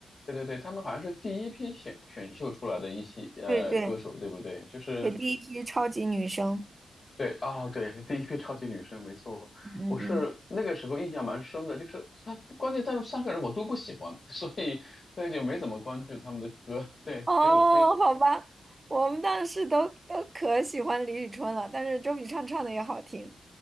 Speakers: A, on the left; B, on the right.
A: 对对对，他们好像是第一批选选秀出来的一些呃歌手，
B: 对对
A: 对不对？就是
B: 对，第一批超级女生。
A: 对啊、对，第一批超级女声，没错。
B: 嗯嗯嗯。
A: 我是那个时候印象蛮深的，就是他，关键他们三个人我都不喜欢，所以所以就没怎么关注他们的歌，对，
B: 哦，
A: 很有很
B: 好吧，我们当时都都可喜欢李宇春了，但是周笔畅唱的也好听。